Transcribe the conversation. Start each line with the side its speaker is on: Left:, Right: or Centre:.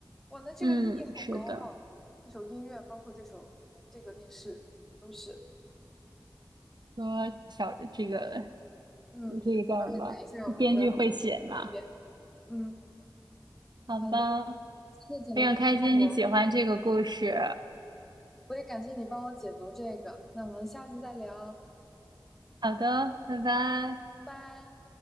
Centre: 哇，那这个立意好高啊！
Right: 嗯，是的。
Centre: 这首音乐，包括这首这个电视，都是。
Right: 说小这个
Centre: 嗯，
Right: 这个叫什么？
Centre: 而且等一下我要再听一遍。
Right: 编剧会写嘛？
Centre: 嗯，
Right: 好吧，
Centre: 好的，谢谢姐妹帮我，
Right: 非常开心你喜欢这个故事。
Centre: 我也感谢你帮我解读这个。那我们下次再聊，
Right: 好的，拜拜。
Centre: 拜。